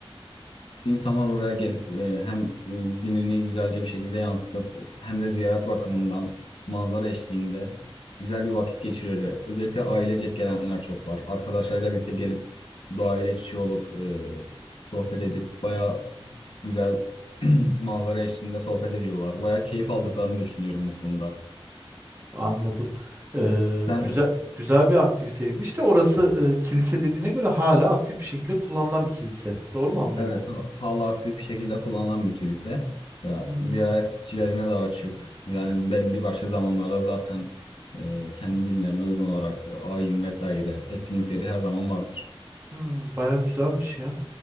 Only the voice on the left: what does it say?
İnsanlar oraya gelip e, hem e, dinini güzelce bir şekilde yansıtıp hem de ziyaret bakımından manzara eşliğinde güzel bir vakit geçirirler. Özellikle ailecek gelenler çok var. Arkadaşlarıyla birlikte gelip doğayla iç içe olup e, sohbet edip bayağı güzel <clears throat> manzara eşliğinde sohbet ediyorlar. Bayağı keyif aldıklarını düşünüyorum bu konuda.
Sen
Evet.
Evet, ha- hala aktif bir şekilde kullanılan bir kilise. Ya,
ziyaretçilerine de açık. Yani belli başlı zamanlarda zaten e, kendi dinlerine uygun olarak e, ayin vesaire etkinlikleri her zaman vardır.